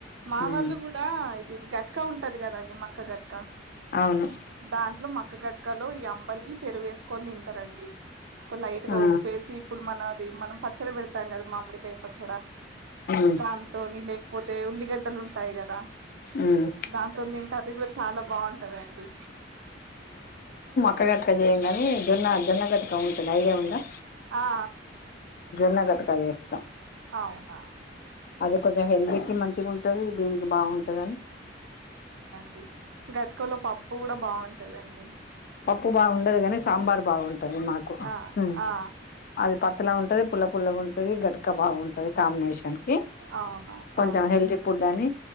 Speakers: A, on the right (about 80°); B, on the left (about 50°).
A: మా
B: ఉమ్
A: వాళ్ళు కూడా ఇది గట్క ఉంటదికదండీ మక్క గట్క
B: అవును
A: దాంట్లో మక్క గట్ట కలో ఈ అంబలి పెరుగేస్త కొని తింటారండి ఒక లైట్ గా
B: ఆ
A: ఉప్పేసి ఇప్పుడు మనది మనం పచ్చడి పెడతే తింటాం కదా మామిడికాయ పచ్చడా
B: ఉమ్
A: ధన్తోనిలే పోతే ఉల్లిగడ్డలుంటయి కదా
B: ఉమ్
A: దాంతో తింట అది కూడా చాలా బాగుంటందండి
B: క్కగా చేయం కానీ జొన్న జోన్నగట్క ఉంటుంది ఐడియా ఉంద ద
A: అ ఆ
B: జొన్న గట్కా చెస్
A: అవునా
B: అది కొంచెం హెల్దీకి మంచిగుంటది దీనికి బాగుంటది అని
A: ది గట్కలో పప్పు కూడా బాగుంట అదండి
B: పప్పు బాగుండదుగని సాంబార్ బాగుండు హ్మ్ మాకు
A: ఆ
B: హ్మ్
A: ఆ
B: అది ప తెల్లగా ఉంటది పుల్ల పుల్లగా ఉంటది గట్క బాగుంటది అది కాంబినేషన్కి
A: అవును
B: కొంచెం
A: ఆ
B: హెల్తీ ఫుడ్ అని